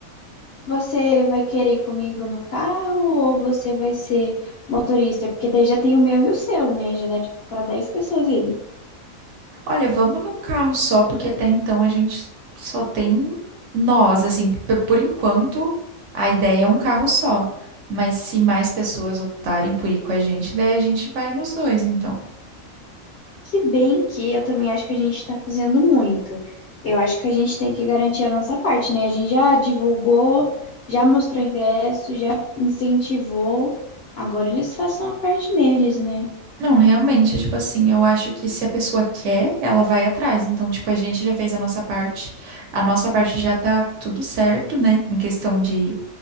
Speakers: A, on the left (about 60°); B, on the right (about 65°).
A: Você vai querer ir comigo no carro ou você vai ser motorista? Porque daí já tem o meu e o seu, né? Já dá tipo para 10 pessoas irem.
B: Olha, vamos num carro só, porque até então a gente só tem nós, assim, p- por enquanto a ideia é um carro só. Mas se mais pessoas optarem por ir com a gente, daí a gente vai nos dois, então.
A: Se bem que eu também acho que a gente tá fazendo muito. Eu acho que a gente tem que garantir a nossa parte, né? A gente já divulgou, já mostrou ingresso, já incentivou. Agora eles façam a parte deles, né?
B: Não, realmente, tipo assim, eu acho que se a pessoa quer, ela vai atrás. Então, tipo, a gente já fez a nossa parte. A nossa parte já tá tudo certo, né? Em questão de,